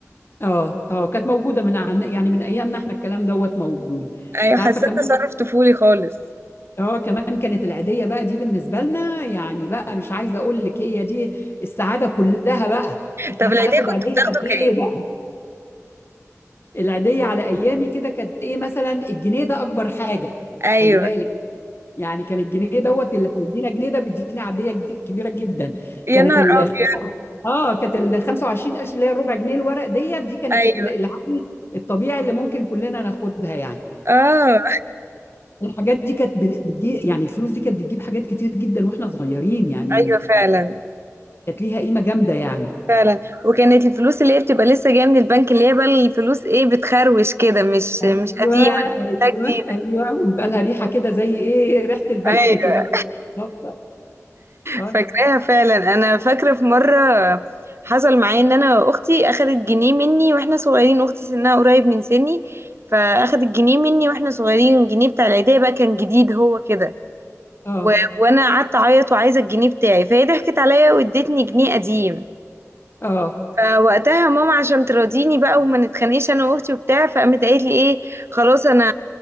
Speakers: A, on the left; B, on the right.
A: اه اه كانت موجوده من عن- يعني من ايامنا احنا الكلام دوت موجود
B: ايوه
A: انت عارفه
B: حسيت
A: كمان
B: تصرف طفولي خالص
A: آه، كمان كانت العيدية بقى دي بالنسبة لنا يعني بقى مش عايزة أقول لك هي دي السعادة كلها بقى إحنا
B: طب العيدية
A: هناخد عيدية
B: كنت بتاخده
A: قد إيه
B: كام
A: بقى العيدية على أيامي كده كانت إيه مثلا الجنيه ده أكبر حاجة
B: ايوه
A: خلي بالك يعني كان الجنيه دوت اللي هيدينا جنيه ده بيدينا عيدية جد- كبيرة جدا
B: يا
A: كانت
B: نهار
A: ال
B: ابيض
A: اه كانت ال 25 قرش اللي هي الربع جنيه الورق ديت دي كانت
B: ايوه
A: ال- العادي الطبيعي اللي ممكن كلنا ناخدها يعني
B: اه
A: الحاجات دي كانت بت- بتجي يعني الفلوس دي كانت بتجيب حاجات كتير جدا واحنا صغيرين يعني
B: ايوه فعلا
A: كانت ليها قيمة جامدة يعني
B: فعلا وكانت الفلوس اللي هي بتبقى لسه جايه من البنك اللي هي بقى الفلوس ايه بتخروش كده مش
A: ايوه
B: مش قديمه
A: ايوه
B: لا جديده
A: ايوه ويبقى لها ريحة كده زي ايه ريحة البنك
B: ايوه
A: كده بالظبط اه
B: فاكراها فعلا انا فاكره في مره حصل معايا ان انا اختي اخدت جنيه مني واحنا صغيرين اختي سنها قريب من سني فاخدت جنيه مني واحنا صغيرين الجنيه بتاع العيديه بقى كان جديد هو كده
A: اه
B: و... وانا قعدت اعيط وعايزه الجنيه بتاعي فهي ضحكت عليا وادتني جنيه قديم
A: اه اه
B: فوقتها ماما عشان تراضيني بقى وما نتخانقش انا واختي وبتاع فقامت قالت لي ايه خلاص انا